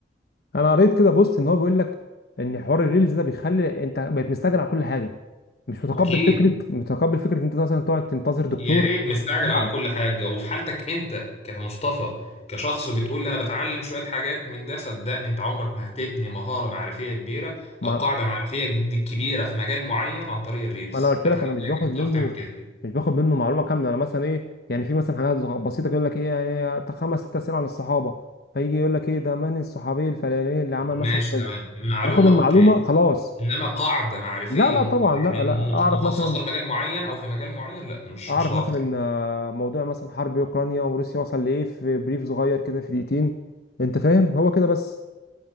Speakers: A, on the left; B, on the left.
A: انا قريت كده بوست ان هو بيقول لك ان حوار الريلز ده بيخلي انت بقيت مستعجل على كل حاجه مش متقبل
B: أكيد
A: فكره متقبل فكره إن انت مثلا تقعد تنتظر دكتور
B: يا ريت مستعجل
A: ساعه
B: على كل حاجة وفي حالتك انت كمصطفى كشخص بتقول لي انا بتعلم شوية حاجات من ده صدقني انت عمرك ما هتبني مهارة معرفية كبيرة
A: ما
B: او قاعدة معرفية جد- كبيرة في مجال معين عن طريق الريلز
A: ما انا قلت
B: هتحتاج
A: لك انا مش باخد
B: انت
A: منه
B: تعرف تعمل كده
A: مش باخد منه معلومه كامله انا مثلا ايه يعني في مثلا حاجات صغ- بسيطه كده يقول لك ايه يعني تا خمس ست اسئله عن الصحابه فيجي يقول لك ايه ده من الصحابي الفلاني اللي عمل
B: ماشي
A: مثلا كذا
B: تمام معلومة
A: اخد صح المعلومه
B: اوكي
A: خلاص
B: انما قاعدة معرفية
A: لا لا
B: م-
A: طبعا لا
B: يعني
A: لا
B: مخ-
A: اعرف
B: مخصصة
A: مثلا
B: لمجال معين او في مجال معين لا مش
A: اعرف
B: مش هتعرف
A: مثلا آه، موضوع مثلا حرب اوكرانيا وروسيا وصل لايه في بريف صغير كده في دقيقتين انت فاهم هو كده بس